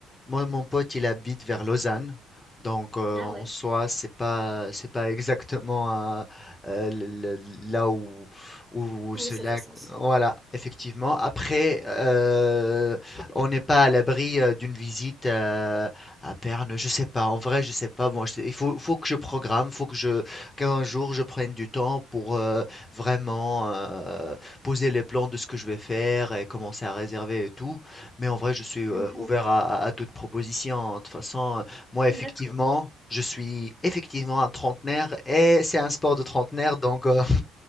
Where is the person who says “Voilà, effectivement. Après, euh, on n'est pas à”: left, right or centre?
Left